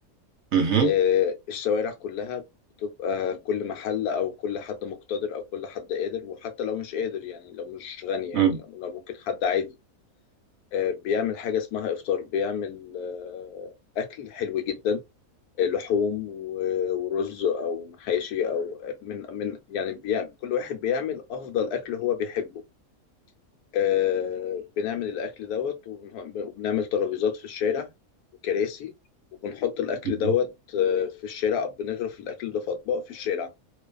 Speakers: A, on the right; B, on the left.
A: مهم.
B: آه، الشوارع كلها بتبقى كل محل أو كل حد مقتدر أو كل حد قادر وحتى لو مش قادر يعني لو مش غني يعني
A: مم.
B: لو ممكن حد عادي آه، بيعمل حاجة اسمها إفطار بيعمل آه، أكل حلو جدا لحوم و- ورز او محاشي او من من يعني بيعمل كل واحد بيعمل افضل اكل هو بيحبه آه، بنعمل الاكل دوت وبنه- وبنعمل ترابيزات في الشارع وكراسي وبنحط الاكل
A: مهم.
B: دوت آه، في الشارع بنغرف الاكل ده في اطباق في الشارع